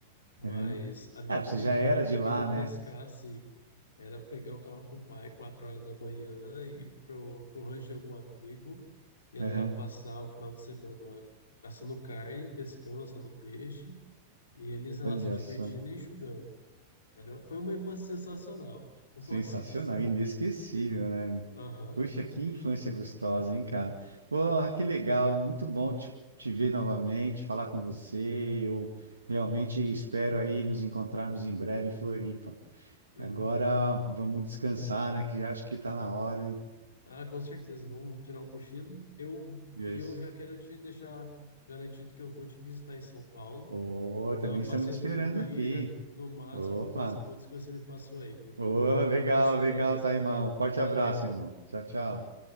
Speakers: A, on the left; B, on the right.
A: mas
B: Uhum.
A: a minha
B: É, você
A: vida
B: já
A: inteira
B: era de lá,
A: indo
B: né?
A: pescar assim, era pegar o carro com o pai quatro horas da manhã ir pro, pro rancho de algum amigo, ia
B: Uhum.
A: lá passar o final de semana caçando carne, pescando, assando peixe, e eles lá
B: Olha
A: se divertindo
B: só.
A: e enxugando. Era, foi uma infância sensacional, <laughs> eu
B: Sensacional,
A: posso te dizer.
B: inesquecível, né?
A: Aham,
B: Puxa, que infância gostosa, hein, cara? Porra, que legal, muito bom te, te ver novamente, falar com você. Eu realmente espero aí nos encontrarmos em breve em Floripa.
A: uhum.
B: Agora vamos descansar, né? Que já acho que tá na hora, hein?
A: Ah, com certeza. Vamos tirar um cochilo. Eu
B: E
A: e
B: é isso.
A: eu já quero te deixar garantido que eu vou te visitar em São Paulo,
B: Ô,
A: dar
B: também
A: uma
B: estamos
A: passeio
B: te esperando
A: no Ibira,
B: aqui.
A: no MASP,
B: Opa!
A: e nos outros pontos que você me passou aí, tá bom?
B: Ô, legal,
A: Um abração,
B: legal,
A: Emerson.
B: tá, irmão. Forte
A: Valeu.
B: abraço, irmão. Tchau, tchau.